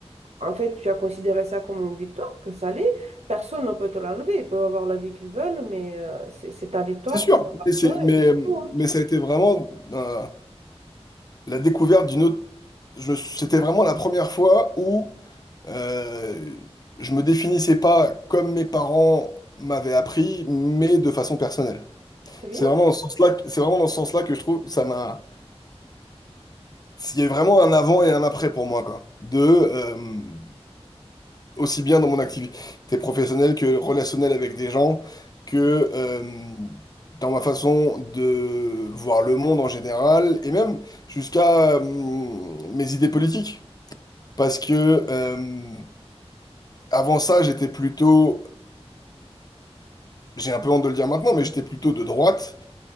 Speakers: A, on the right; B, on the left.
A: en fait, tu as considéré ça comme une victoire, que ça l'est, personne ne peut te l'enlever. Ils peuvent avoir la vie qu'ils veulent, mais euh, c'est c'est ta victoire
B: c'est sûr.
A: qui t'appartient
B: Mais, c'est- mais,
A: et puis c'est tout. hein.
B: mais ça a été vraiment euh, la découverte d'une autre. je- C'était vraiment la première fois où euh, je me définissais pas comme mes parents m'avaient appris, mais de façon personnelle.
A: C'est bien.
B: C'est vraiment dans ce sens-là, que- c'est vraiment dans ce sens-là que je trouve que ça m'a. Il y a vraiment un avant et un après pour moi, quoi. De, euh, aussi bien dans mon activité professionnelle que relationnelle avec des gens, que euh, dans ma façon de voir le monde en général, et même jusqu'à euh, mes idées politiques. Parce que euh, avant ça, j'étais plutôt, j'ai un peu honte de le dire maintenant, mais j'étais plutôt de droite,